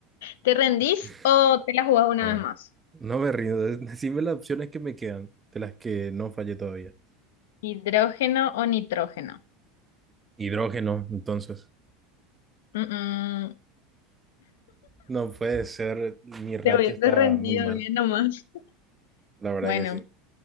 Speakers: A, on the left; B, on the right.
A: ¿Te rendís
B: Ok.
A: o te la jugás una
B: No,
A: vez
B: no,
A: más?
B: No me rindo. <laughs> de- Decime las opciones que me quedan, de las que no fallé todavía.
A: ¿Hidrógeno o nitrógeno?
B: Hidrógeno, entonces.
A: Mm, mm.
B: No puede ser, mi racha
A: Te hubiese
B: está
A: rendido
B: muy mal,
A: bien nomás.
B: la verdad
A: Bueno,
B: que sí.